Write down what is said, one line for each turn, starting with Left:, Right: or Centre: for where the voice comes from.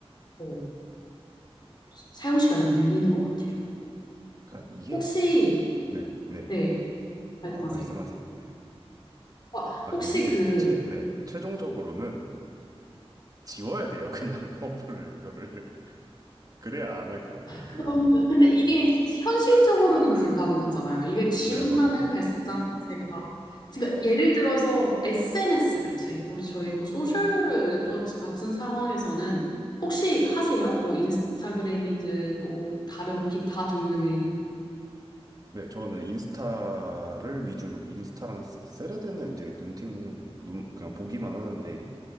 Left: 어, 사용 시간을 늘리는 것 같아요.
Right: 그러니까 이게
Left: 혹시
Right: 네, 네.
Left: 네 말씀하세요.
Right: 어, 말씀하세요. 네.
Left: 와,
Right: 아,
Left: 혹시
Right: 이게
Left: 그,
Right: 최, 네, 최종적으로는 지워야 돼요. 그냥 <laughs> 어플을 이거를 <laughs> 그래야 안 할 것 같아요.
Left: 그런
Right: 이거는.
Left: 근데 이게 현실적으로는 불가능하잖아요. 이걸 지운다는
Right: 네, 맞아요.
Left: 발상 자체가. 그러니까 예를 들어서 SNS 같이, 우리 저희 뭐 소셜 네트워크 같은 상황에서는 혹시 하세요? 뭐 인스타그램이든 뭐 다른 기타 등등의.
Right: 네, 저는 인스타를 위주로 인스타랑 쓰- 레드는 이제 눈팅 눈 그냥 보기만 하는데